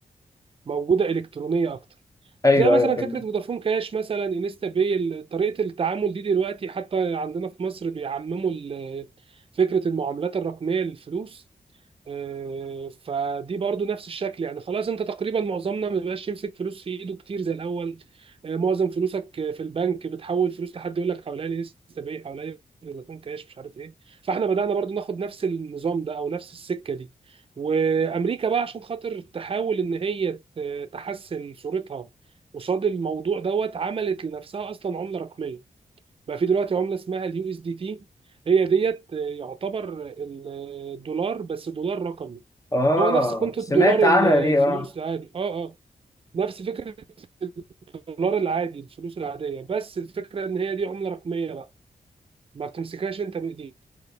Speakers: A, on the right (about 40°); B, on the left (about 25°).
A: موجوده الكترونيه اكتر
B: أيوه
A: زي مثلا
B: أيوه فهمت
A: فكره فودافون كاش مثلا انستا باي ال- طريقه التعامل دي دلوقتي حتى عندنا في مصر بيعمموا ال- فكره المعاملات الرقميه للفلوس آه، فدي برضو نفس الشكل يعني خلاص انت تقريبا معظمنا ما بقاش يمسك فلوس في ايده كتير زي الاول آه، معظم فلوسك آه، في البنك بتحول فلوس لحد يقول لك حوالي لي لسه باقي حوالي فودافون كاش مش عارف ايه فاحنا بدأنا برضو ناخد نفس النظام ده او نفس السكة دي وامريكا بقى عشان خاطر تحاول ان هي ت- تحسن صورتها قصاد الموضوع دوت عملت لنفسها اصلا عملة رقمية بقى في دلوقتي عمله اسمها اليو اس دي تي هي ديت آه، يعتبر الدولار بس دولار رقمي
B: اه
A: هو نفس قيمه
B: سمعت
A: الدولار
B: عنها
A: ال- الفلوس
B: دي اه
A: العادي اه اه نفس فكره الدولار العادي الفلوس العاديه بس الفكره ان هي دي عمله رقميه بقى ما بتمسكهاش انت بايديك